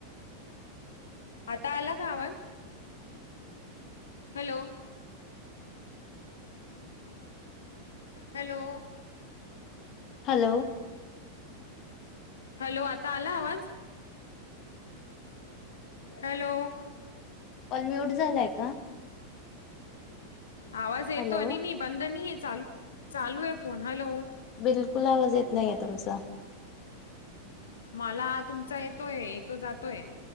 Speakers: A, on the left (about 65°); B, on the left (about 35°).
A: आता आला का आवाज हॅलो. Hello
B: hello.
A: हॅलो आता आला आवाज हॅलो.
B: कॉल म्यूट झालाय का?
A: आवाज येतो
B: हॅलो
A: आणि मी बंद नाही आहे चालू चालू आहे फोन हॅलो.
B: बिलकुल आवाज येत नाहीे आता तुमचा.
A: मला तुमचा येतोय येतो जातोय.